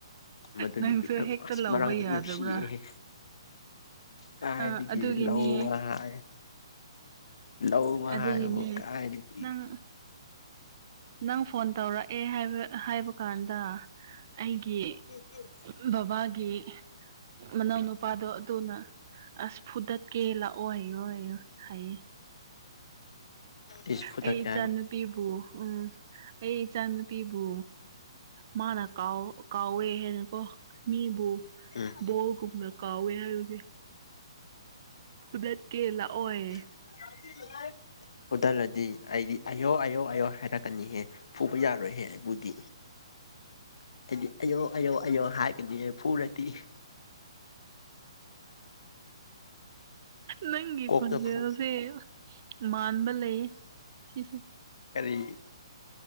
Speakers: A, on the left (about 65°); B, on the right (about 30°).
A: ꯃꯗꯨ
B: ꯅꯪꯁꯨ
A: ꯅꯨꯄꯤꯗꯣ
B: ꯍꯦꯛꯇ
A: ꯑꯁ
B: ꯂꯧꯕ
A: ꯃꯔꯛꯇ
B: ꯌꯥꯗꯕ꯭ꯔꯥ
A: ꯅꯨꯡꯁꯤꯌꯦꯍꯦ ꯀꯥꯏꯗꯒꯤ
B: ꯑ ꯑꯗꯨꯒꯤꯅꯦ
A: ꯂꯧꯕꯌꯦ ꯂꯧꯕ
B: ꯑꯗꯨꯒꯤꯅꯦ
A: ꯍꯥꯏꯕꯨ ꯀꯥꯏꯗꯒꯤ
B: ꯅꯪ ꯅꯪ ꯐꯣꯟ ꯇꯧꯔꯛꯑꯦ ꯍꯥꯏꯕ ꯀꯥꯟꯗ ꯑꯩꯒꯤ
A: <unintelligible>
B: ꯕꯕꯥꯒꯤ ꯃꯅꯥꯎꯅ ꯅꯨꯄꯥꯗꯣ ꯑꯗꯨꯅ ꯑꯁ ꯐꯨꯗ ꯀꯦꯂ ꯑꯣ ꯍꯥꯏ ꯑꯣ ꯍꯥꯏ ꯍꯥꯏ
A: ꯏꯤꯁꯄꯨ
B: ꯑꯩ
A: ꯊ
B: ꯏꯆꯥꯅꯨꯄꯤꯕꯨ
A: ꯀꯦ
B: ꯎꯝ ꯑꯩ ꯏꯆꯥ ꯅꯨꯨꯄꯤꯕꯨ ꯃꯥꯅ ꯀꯥꯎ ꯀꯥꯎꯋꯦ ꯍꯦꯟꯅꯀꯣ ꯃꯤꯕꯨ
A: ꯎꯝ
B: ꯕꯣꯜꯒꯨꯝꯕ ꯀꯥꯎꯋꯦ ꯍꯥꯏꯒꯤꯦ ꯍꯨꯗꯠꯀꯦ ꯂꯥꯛꯑꯣꯏ
A: <unintelligible> ꯑꯣꯗꯜꯂꯗꯤ ꯑꯩꯗꯤ ꯑꯌꯣ ꯑꯌꯣ ꯑꯌꯣ ꯍꯥꯏꯔꯛꯀꯅꯤꯍꯦ ꯄꯨꯕ ꯌꯥꯔꯣꯏꯍꯦ ꯑꯩꯕꯨꯗꯤ
B: <inaudible>
A: ꯍꯥꯏꯗꯤ ꯑꯌꯧ ꯑꯌꯧ ꯑꯌꯧ ꯍꯥꯏꯔꯒꯗꯤ ꯐꯨꯔꯗꯤ
B: ꯅꯪꯒꯤꯤ
A: ꯀꯣꯛꯇ
B: ꯄꯨꯖꯁꯦ
A: ꯐꯨ
B: ꯃꯥꯟꯕ ꯂꯩꯌꯦ ꯁꯤꯁꯦ
A: ꯀꯔꯤ